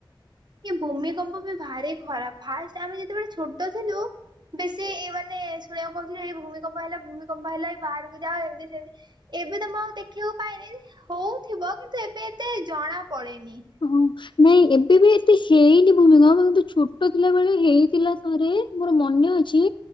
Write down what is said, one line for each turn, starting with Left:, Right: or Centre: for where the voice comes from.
Right: ଇଏ ଭୂମିକମ୍ପ ବି ଭାରି ଖରାପ୍। ଫାଷ୍ଟ୍ ଆମେ ଯେତେବେଳେ ଛୋଟ ଥିଲୁ ବେଶୀ ଏ ମାନେ ଶୁଣିବାକୁ ପାଉଥିଲି ଏଇ ଭୂମିକମ୍ପ ହେଲା ଭୂମିକମ୍ପ ହେଲାଣି ବାହାରକୁ ଯାଅ ଏମିତି ସେମତି। ଏବେ ତ ମୁଁ ଆଉ ଦେଖିବାକୁ ପାଇନି, ହଉଥିବ କିନ୍ତୁ ଏବେ ଏତେ ଜଣା ପଡେନି।
Left: ହଁ ନାଇଁ ଏବେ ବି ଏତେ ହେଇନି ଭୂମିକମ୍ପ କିନ୍ତୁ ଛୋଟ ଥିଲା ବେଳେ ହେଇଥିଲା ଥରେ। ମୋର ମନେ ଅଛି